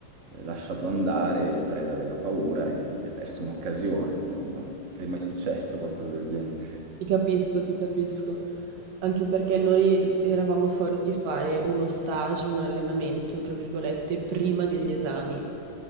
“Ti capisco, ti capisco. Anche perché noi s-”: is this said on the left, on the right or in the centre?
Right